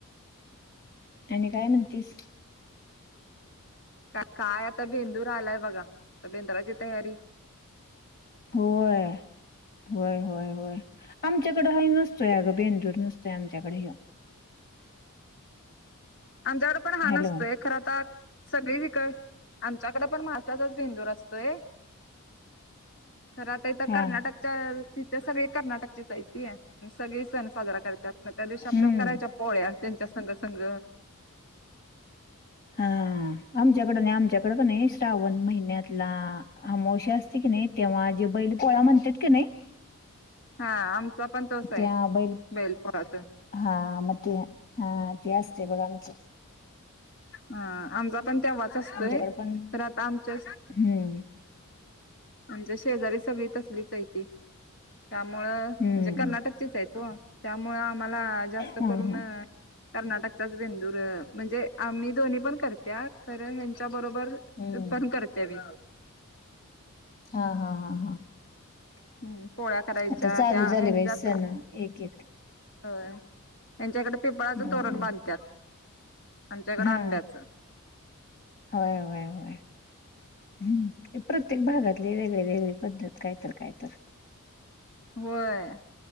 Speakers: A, on the left; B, on the left.
A: आणि काय म्हणतीस.
B: का काय आता बेंदूर आलाय बघा. बेंदुराची तयारी
A: होय होय होय होय, आमच्याकड नसतोय अग बेंदूर. नसतय आमच्याकडे ह्यो.
B: आमच्याकड पण हा
A: हॅलो
B: नसतोय. खर आता सगळीकडे, आमच्याकडे पण महाराष्ट्राचाच भेंदूर असतोय. खर आता इथ
A: हा
B: कर्नाटक तिथे सगळे कर्नाटकचीच हायती. सगळे सण साजरा करतात. मग त्या दिवशी आपल्या
A: हम्म
B: करायच्या पोळ्या त्यांच्या संघ संघ
A: हा आमच्याकड नाही. आमच्याकड का नाही श्रावण महिन्यात अमोशा असते की नाही, तेव्हा जे बैल पोळा म्हणतात की नाही
B: हा आमचा पण तोच आहे.
A: त्या बैल
B: बैेल पोळात
A: हा म ते, हा ते असतय बघा आमच.
B: हा आमचा पण तेव्हाच असतोय.
A: आमच्याकडे पण
B: तर आता आमच्या
A: हम्म
B: आमच्या शेजारी सगळी तसलीच आहे ती. त्यामुळ,
A: हम्म
B: म्हणजे कर्नाटकचेच आहेत वो. त्यामुळ आम्हाला जास्त
A: हा
B: करून
A: हा
B: कर्नाटकचाच बेंदूर, म्हणजे आम्ही दोन्ही पण करत्या. कारण ह्या त्याच्या बरोबर ते
A: हम्म
B: पण करते मी.
A: हा हा हा हा
B: हम्म, पोळ्या करायच्या
A: आता चालू
B: त्या
A: झाले
B: ह्यांच्यात
A: बाई सण एक एक.
B: होय, त्यांच्याकडे पिंपळाचं
A: होय
B: तोरण बांधतात. आमच्याकड
A: हा
B: आंब्याच‌.
A: होय होय होय. हम्म, प्रत्येक भागातले वेगळी वेगळी पद्धत कायतर कायतर.
B: होय